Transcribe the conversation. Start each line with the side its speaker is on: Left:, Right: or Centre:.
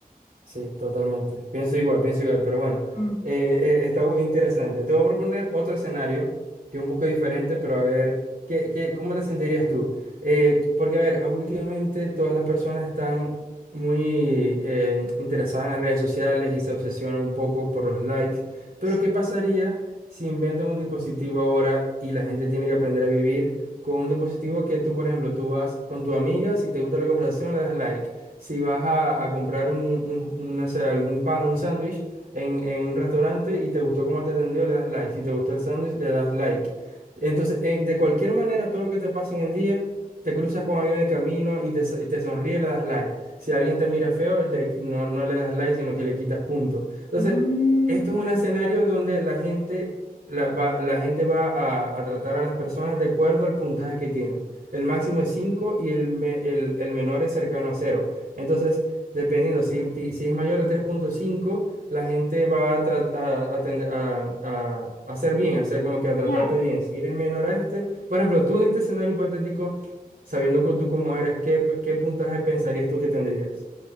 Right: Sí, totalmente. Pienso igual, pienso igual, pero bueno,
Left: Mm.
Right: eh, eh, está bu- interesante. Te voy a proponer otro escenario que es un poco diferente, pero a ver, ¿qué, qué, cómo te sentirías tú? Eh, porque, a ver, últimamente todas las personas están muy eh, interesadas en las redes sociales y se obsesionan un poco por los likes, pero
Left: Sí.
Right: ¿qué pasaría si inventan un dispositivo ahora y la gente tiene que aprender a vivir con un dispositivo que tú, por ejemplo, tú vas con tu amiga, si te gusta la conversación, le das like si vas a, a comprar un, un, un, no sé, algún pan, un sándwich en, en un restaurante y te gustó cómo te atendió, le das like. Si te gustó el sándwich, le das like. Entonces, eh, de cualquier manera, todo lo que te pasa en el día, te cruzas con alguien en el camino y te, so- y te sonríe, le das like. Si alguien te mira feo, le- no, no le das like, sino que le quitas puntos. Entonces,
Left: Mm.
Right: esto es un escenario donde la gente... La, va- la gente va a, a tratar a las personas de acuerdo al puntaje que tienen. El máximo es 5 y el, me- el, el menor es cercano a cero entonces, dependiendo, si, ti- si es mayor de tres punto cinco la gente va a, trat- a, a tender- a- a- a hacer bien, a hacer como que a tratarte
Left: Claro.
Right: bien. Si eres menor a este, por ejemplo, tú en este escenario hipotético, sabiendo que tú cómo eres, ¿qué, p- qué puntaje pensarías tú que tendrías?